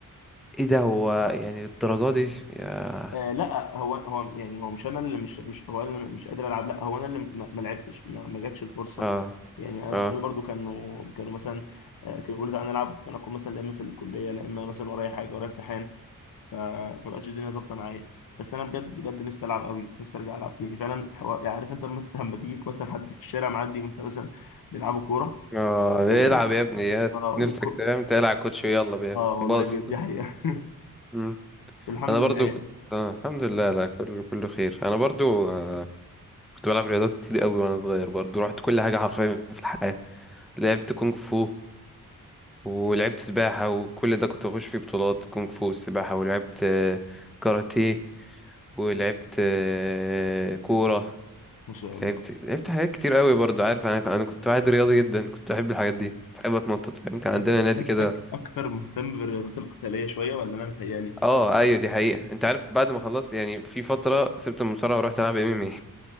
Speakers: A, in the centre; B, on the left (about 80°).
A: ايه ده هو يعني للدرجة دي يا
B: آه لا هو هو يعني هو مش انا اللي مش مش هو انا اللي مش قادر العب لا هو انا اللي ما ما لعبتش ما ما جاتش الفرصه
A: اه
B: يعني انا اصحابي
A: اه
B: برضو كانوا كانوا مثلا آه، كانوا بيقولوا تعالى نلعب فانا اكون مثلا لا اما في الكليه لا اما مثلا ورايا حاجه ورايا امتحان ف- فمبقتش الدنيا ظابطه معايا بس انا بجد بجد نفسي العب قوي نفسي ارجع العب يعني فعلا حوا- يعني عارف انت لما لما تيجيك مثلا حد في الشارع معدي وانت مثلا بيلعبوا كوره
A: اه
B: و... و-
A: العب يا ابني يا
B: اه
A: نفسك
B: والكو-
A: تنام تلعب كوتش يلا بيا
B: اه والله
A: باص
B: بجد دي حقيقه
A: مم.
B: <laughs> بس الحمد
A: انا برضو
B: لله يعني
A: كنت آه. الحمد لله لا كله كله خير انا برضو آه. كنت بلعب رياضات كتير قوي وانا صغير برضو رحت كل حاجه حرفيا في الحياه لعبت كونغ فو ولعبت سباحه وكل ده كنت بخش فيه بطولات كونغ فو والسباحه ولعبت آه، كاراتيه ولعبت آه، كوره
B: ما شاء الله
A: لعبت لعبت حاجات كتير قوي برضو عارف انا انا كنت واحد رياضي جدا كنت بحب الحاجات دي كنت بحب اتنطط فاهم كان
B: بس
A: عندنا
B: بحسك
A: نادي كده
B: اكتر مهتم بالرياضات القتاليه شويه ولا انا متهيالي
A: اه ايوه دي حقيقة انت عارف بعد ما خلصت يعني في فترة سبت المصارعة ورحت العب ام ام